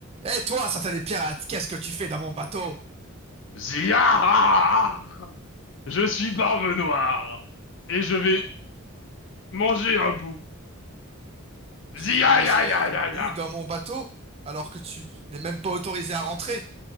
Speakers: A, on the right (about 30°); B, on the left (about 60°).
A: Eh toi, satané pirate, qu'est-ce que tu fais dans mon bateau?
B: Zia! Je suis Barbe Noire et je vais manger un bout. Zia
A: Tu veux manger
B: ya ya
A: un bout
B: ya ya.
A: dans mon bateau alors que tu n'es même pas autorisé à rentrer